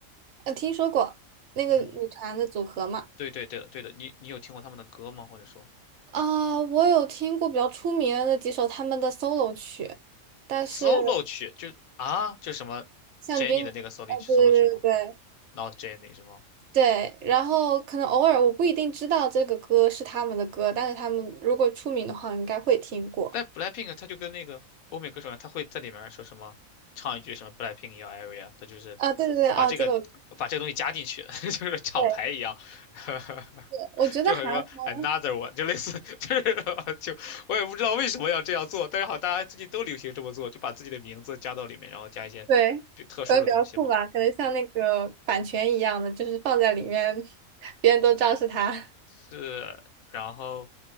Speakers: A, on the right; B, on the left.
A: 呃，听说过那个女团的组合嘛？
B: 嗯，对对对的对的，你你有听过他们的歌吗？或者说
A: 啊、我有听过比较出名的那几首他们的 solo 曲。但是
B: solo 曲，就啊，就什么
A: 像军，
B: Jennie 的那个
A: 呃，
B: solo 曲
A: 对对对对
B: solo 曲吗？Not Jennie 是吗？
A: 对，然后可能偶尔我不一定知道这个歌是他们的歌，但是他们如果出名的话，我应该会听过。
B: 但 BLACKPINK 他就跟那个欧美歌手一样，他会在里面说什么，唱一句什么 BLACKPINK in your area，他就是
A: 啊，对对对，啊，
B: 把这个把这个东西加进去，
A: 这个我
B: <laughs> 就是厂牌一样，
A: 对，
B: <laughs>
A: 我觉得韩国
B: 就很说 another one，就类似就是 <laughs> 就我也不知道为什么要这样做，但是好，大家最近都流行这么做，就把自己的名字加到里面，然后加一些比特殊的东西嘛。
A: 对可能比较酷吧，可能像那个版权一样的，就是放在里面，<laughs> 别人都知道是他。<laughs>
B: 是，然后，